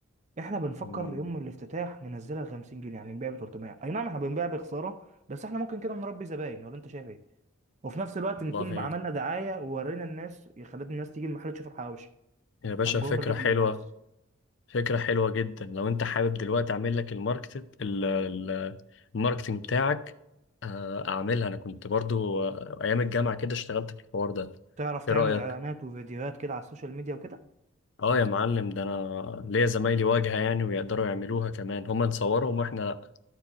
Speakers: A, on the right; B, on the left.
A: احنا بنفكر
B: مم.
A: يوم الافتتاح ننزلها ب 50 جنيه يعني نبيع ب 300 اي نعم احنا بنبيع بخساره بس احنا ممكن كده نربي زباين ولا انت شايف ايه وفي نفس الوقت
B: والله
A: نكون عملنا دعايه وورينا الناس خلينا الناس تيجي المحل تشوف الحواوشي
B: يا باشا
A: فنجر
B: فكره
A: رجل
B: حلوه
A: الناس
B: فكرة حلوة جدا لو انت حابب دلوقتي اعمل لك الماركت ال- ال- الماركتنج بتاعك آه، اعملها انا كنت برضو آه، ايام الجامعة كده اشتغلت في الحوار ده
A: تعرف تعمل
B: ايه رأيك
A: اعلانات وفيديوهات كده على السوشيال ميديا وكده
B: اه يا معلم ده انا ليا زمايلي واجهة يعني ويقدروا يعملوها كمان هما نصورهم واحنا لا